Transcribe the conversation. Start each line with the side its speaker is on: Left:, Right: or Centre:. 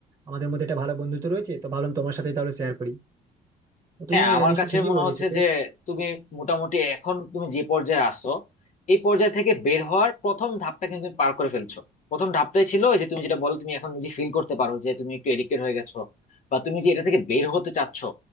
Right: আমাদের মধ্যে একটা ভালো বন্ধুত্ব রয়েছে তো ভাবলাম তোমার সাথে তাহলে শেয়ার করি তো
Left: হ্যাঁ
Right: তুমি
Left: আমার
Right: আহ, নিশ্চয়ই
Left: কাছে
Right: ঠিকই
Left: মনে
Right: বলেছো
Left: হচ্ছে
Right: তো,
Left: যে তুমি মোটামুটি এখন তুমি যে পর্যায়ে আসো এই পর্যায় থেকে বের হওয়ার প্রথম ধাপটা কিন্তু তুমি পার করে ফেলছো প্রথম ধাপটাই ছিল ওই যে তুমি যেটা বলো তুমি এখন নিজে ফিল করতে পারো যে তুমি একটু এডিক্টেড হয়ে গেছো বা তুমি যে এটা থেকে বের হতে চাচ্ছো